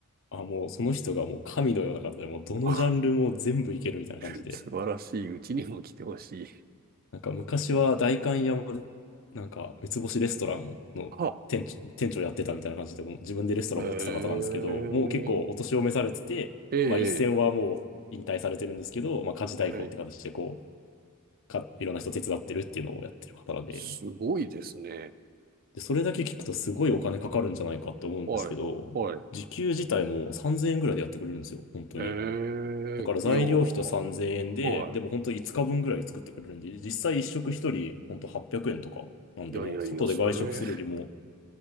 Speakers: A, on the left (about 60°); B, on the right (about 40°).
A: あ、もうその人がもう神のような方で、もうどのジャンルも全部いけるみたいな感じで、
B: あ <laughs> 素晴らしい。うちにも来てほしい。
A: なんか昔は代官山で、なんか三つ星レストランの店長、
B: <laughs> あ、
A: 店長やってたみたいな感じで、もう自分でレストラン持ってた方なんですけど、
B: ええ
A: もう結構お年を召されてて、
B: え
A: まあ一線はもう引退されてるんですけど、
B: え、
A: まあ家事代行って形でこう、
B: はい。
A: か、いろんな人手伝ってるっていうのをやってる方なんで、
B: すごいですね。
A: で、それだけ聞くとすごいお金かかるんじゃないかって思うんですけど、
B: はい、はい。
A: 時給自体も3000円ぐらいでやってくれるんですよ、本当に。
B: ええいやー、
A: だから材料費と3000円で、
B: は
A: でも本当5日分ぐらい作ってくれるんで、実際一食一人本当800円とかなんで、
B: い。いやいやいや、
A: もう外で外食するよりも、
B: それ、